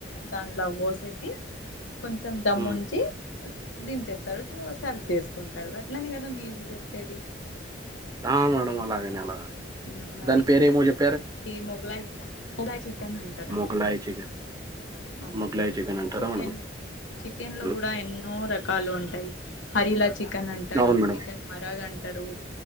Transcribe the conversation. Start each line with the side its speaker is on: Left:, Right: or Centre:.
Left: దానిలో పోసేసి కొంచెం దమ్ముంచి
Right: హ్మ్
Left: దించేస్తారు సర్వ్ చేసుకుంటారు అట్లనే కదా మీరు చెప్పేది
Right: దా మేడం అలాగనే అలాగనే
Left: మ్మ్ హు అది
Right: పేరు ఏమో చెప్
Left: ఈ మొగలాయి మొగలాయి చికెన్ అంటారండి
Right: మొగలాయి చికెన్
Left: అవునండి
Right: మొగలాయి అంటారా
Left: చికెన్
Right: మేడం
Left: లో చికెన్ లో
Right: ఉమ్,
Left: కూడా ఎన్నో రక్ కాళ్ళు ఉంటాయి హరిలా చికెన్ అంటారు
Right: అవును మేడం
Left: చికెన్ మరాగ్ అంటారు